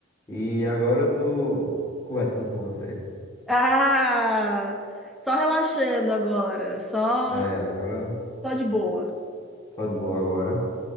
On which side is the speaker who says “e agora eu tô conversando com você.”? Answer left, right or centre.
Left